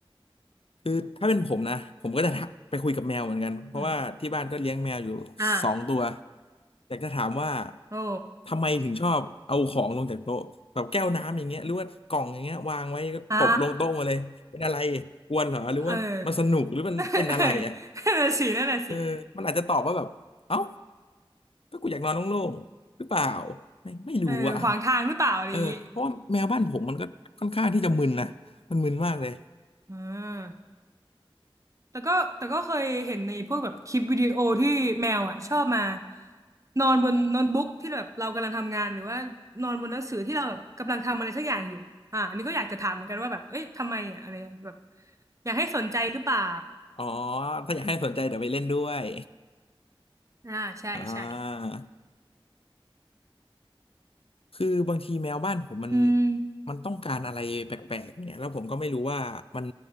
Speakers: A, on the left; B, on the right.
A: คือถ้าเป็นผมนะผมก็จะทักไปคุยกับแมวเหมือนกันเพราะว่าที่บ้านก็เลี้ยงแมวอยู่
B: อืมอ่า
A: สองตัวแต่จะถามว่า
B: โอ้
A: ทำไมถึงชอบเอาของลงจากโต๊ะแบบแก้วน้ำอย่างเงี้ยหรือว่ากล่องอย่างเงี้ยวางไว้ก็ตบลงโต๊ะมาเลยเป็นอะไร
B: อ่า
A: กวนเหรอหรือว่ามันสนุกหรือมันเป็นอะไรอ่ะ
B: เออ <laughs> นั่นน่ะสินั่นน่ะสิ
A: เออมันอาจจะตอบว่าแบบเอ้าก็กูอยากนอนโล่งๆหรือเปล่าไม่ไม่รู้อ่ะ
B: เออขวางทางหรือเปล่าอะไรอย่างงี้
A: เออเพราะว่าแมวบ้านผมมันก็ค่อนข้างที่จะมึนนะมันมึนมากเลย
B: อ่าแต่ก็แต่ก็เคยเห็นในพวกแบบคลิปวิดีโอที่แมวอ่ะชอบมานอนบนโน้ตบุ๊กที่แบบเรากำลังทำงานหรือว่านอนบนหนังสือที่เราแบบกำลังทำอะไรสักอย่างอยู่อ่าอันนี้ก็อยากจะถามเหมือนกันว่าแบบเอ้ยทำไมอ่ะอะไรแบบอยากให้สนใจหรือเปล่า
A: อ๋อถ้าอยากให้สนใจเดี๋ยวไปเล่นด้วย
B: อืมอ่าใช่ใช่
A: อ่าคือบางทีแมวบ้านผมมัน
B: อืม
A: มันต้องการอะไรแปลกๆเนี่ยแล้วผมก็ไม่รู้ว่ามัน